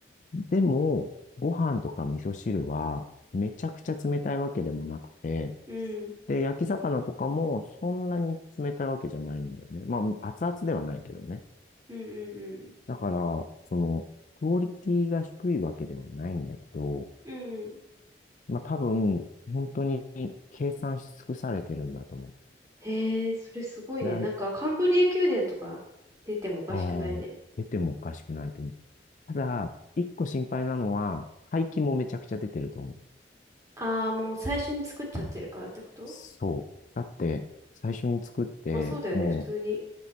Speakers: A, on the left; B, on the right.
A: でも、ご飯とか味噌汁は、めちゃくちゃ冷たいわけでもなくて、
B: うん。
A: で、焼き魚とかもそんなに冷たいわけじゃないんだよね。まあ、熱々ではないけどね。
B: うんうん
A: だから、その、クオリティが低いわけではないんだけど、
B: うん。うん。
A: まあ多分、本当に計算し尽くされてるんだと思う。
B: へえ、それすごいね。
A: ラン
B: なんかカンブリア宮殿とか出てもおかしくないね。
A: ああ、出てもおかしくないと思う。ただ、一個心配なのは、廃棄もめちゃくちゃ出てると思う。
B: ああ、もう最初に作っちゃってるからってこと
A: そう。だって、最初に作って、
B: まあそうだよね、
A: もう、
B: 普通に。